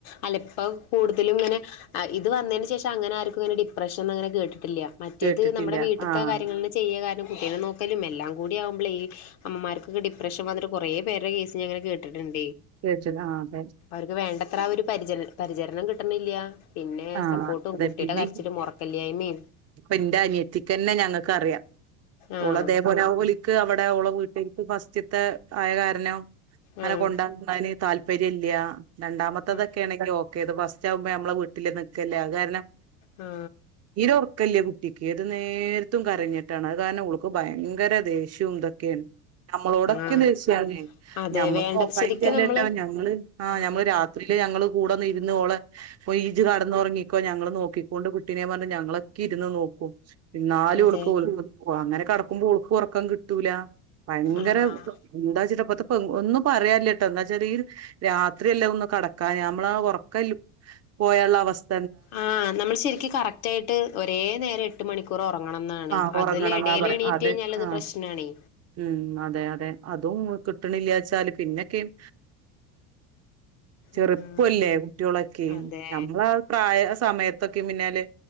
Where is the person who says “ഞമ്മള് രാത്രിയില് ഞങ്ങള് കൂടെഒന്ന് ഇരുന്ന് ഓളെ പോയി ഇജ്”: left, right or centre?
Right